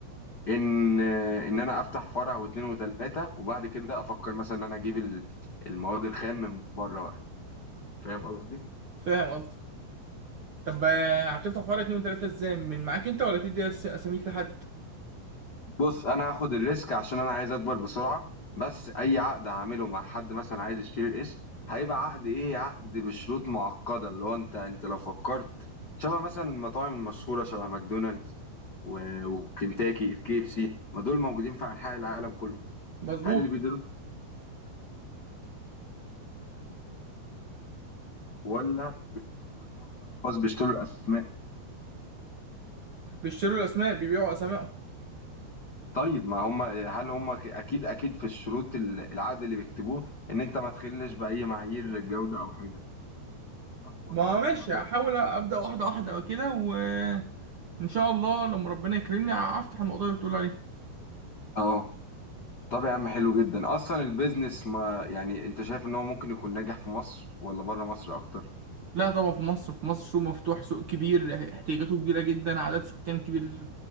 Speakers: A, on the left; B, on the right.
A: ان ان انا افتح فرع واثنين وثلاثه وبعد كده افكر مثلا ان انا اجيب ال- المواد الخام من بره بقى فاهم قصدي
B: فاهم قصدي طب آه، هتفتح فرع اتنين وتلاتة ازاي من معاك انت ولا تدي أس- اساميك لحد
A: بص انا هاخد الريسك عشان انا عايز اكبر بسرعه بس اي عقد هعمله مع حد مثلا عايز يشتري الاسم هيبقى عقد ايه عقد بشروط معقده اللي هو انت انت لو فكرت شبه مثلا المطاعم المشهوره شبه ماكدونالدز و- وكنتاكي الكي اف سي ما دول موجودين في انحاء العالم كله
B: مظبوط
A: هل اللي بيديروا ولا بتبقى مجموعه من الاشخاص بيشتروا الاسماء
B: بيشتروا الاسماء بيبيعوا اسمائهم
A: طيب ما هم هل هم ك- اكيد اكيد في الشروط ال- العقد اللي بيكتبوه ان انت ما تخلش باي معايير للجوده او حاجه صح ولا
B: ما
A: انا
B: هو
A: عندي
B: ماشي
A: المعلومات
B: هحاول
A: دي؟
B: ابدا واحدة واحدة كده وان شاء الله لما ربنا يكرمني ه- هفتح الموضوع اللي بتقول عليه
A: اه طب يا عم حلو جدا اصلا البيزنس ما يعني انت شايف ان هو ممكن يكون ناجح في مصر ولا بره مصر اكتر
B: لا طبعا في مصر في مصر سوق مفتوح سوق كبير احتياجاته كبيرة جدا عدد سكان كبير